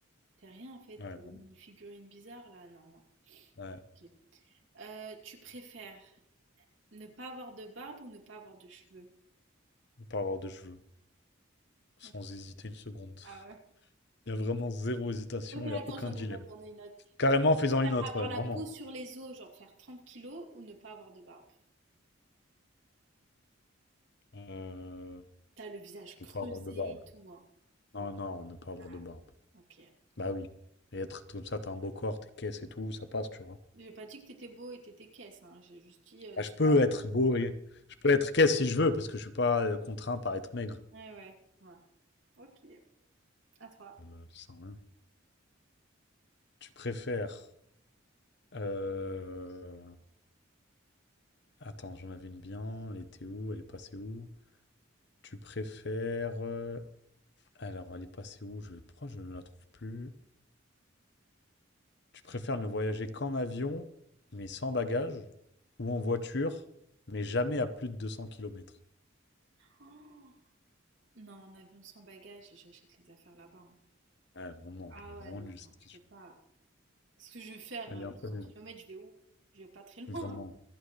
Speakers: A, on the right (about 65°); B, on the left (about 55°).
A: T'es rien en fait,
B: ouais,
A: t'es
B: bon.
A: une figurine bizarre là, non, non.
B: ouais.
A: Ok. Euh, tu préfères ne pas avoir de barbe ou ne pas avoir de cheveux?
B: Ne Pas avoir de cheveux. Sans
A: Ok.
B: hésiter une seconde. <laughs>
A: Ah ouais.
B: Il y a vraiment zéro hésitation,
A: Ok,
B: il n'y
A: attends,
B: a aucun
A: j'en
B: dilemme.
A: ai une autre, j'en ai une autre.
B: Carrément en faisant
A: Tu préfères
B: une autre,
A: avoir
B: ouais, vraiment.
A: la peau sur les os, genre faire 30 kilos, ou ne pas avoir de barbe?
B: Euh,
A: T'as le visage
B: ne
A: creusé
B: pas avoir de barbe.
A: et tout, hein.
B: Non, non, ne pas avoir
A: Ah,
B: de barbe.
A: ok.
B: Bah oui. Et être comme ça, t'as un beau corps, t'es caisse et tout, ça passe, tu vois.
A: J'ai pas dit que t'étais beau et t'étais caisse, hein. J'ai juste dit euh,
B: Bah,
A: soit.
B: je peux être beau et je peux être caisse si je veux, parce que je suis pas euh, contraint par être maigre.
A: Ouais, ouais, ouais. Ok, à toi.
B: Euh, ça, hein. Tu préfères. euh, Attends, j'en avais une bien. Elle était où? Elle est passée où? Tu préfères. euh, Alors, elle est passée où? Je... Pourquoi je ne la trouve plus? Tu préfères ne voyager qu'en avion, mais sans bagages, ou en voiture, mais jamais à plus de 200 km.
A: Oh, Non, en avion sans bagage, j'achète les affaires là-bas. hein.
B: Ouais, vraiment,
A: Ah
B: elle est
A: ouais,
B: vraiment
A: non,
B: nulle
A: non,
B: cette question.
A: tu peux pas. Parce que je vais faire
B: Elle
A: euh,
B: est un
A: 200
B: peu nulle.
A: km, je vais où? Je vais pas très <laughs> loin.
B: Vraiment.